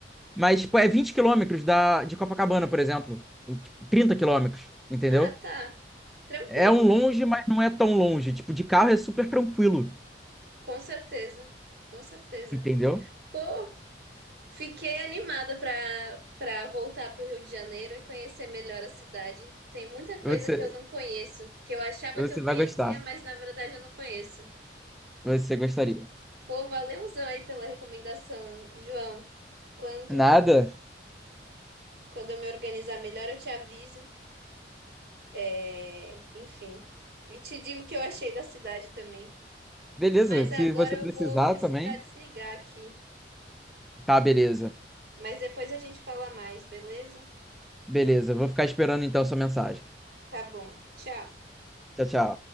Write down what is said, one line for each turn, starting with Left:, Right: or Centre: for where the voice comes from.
Centre: Mas, tipo, é 20 quilômetros da, de Copacabana, por exemplo. Tipo, 30 quilômetros, entendeu?
Right: Ah, tá. Tranquilo.
Centre: É um longe, mas não é tão longe. Tipo, de carro é super tranquilo,
Right: Com certeza. Com certeza.
Centre: entendeu?
Right: Pô, Fiquei animada para para voltar para o Rio de Janeiro e conhecer melhor a cidade. Tem muita coisa
Centre: Você,
Right: que eu não conheço, que eu achava
Centre: você
Right: que eu conhecia,
Centre: vai gostar.
Right: mas na verdade eu não conheço.
Centre: Você gostaria.
Right: Pô, valeuzão aí pela recomendação, João. Quando
Centre: Nada?
Right: quando eu me organizar melhor, eu te aviso. É, enfim, e te digo o que eu achei da cidade também.
Centre: Beleza,
Right: Mas agora
Centre: se você
Right: eu
Centre: precisar
Right: vou precisar
Centre: também.
Right: desligar aqui.
Centre: Tá, beleza.
Right: Mas depois a gente fala mais, beleza?
Centre: Beleza, eu vou ficar esperando então sua mensagem.
Right: Tá bom. Tchau.
Centre: Tchau, tchau.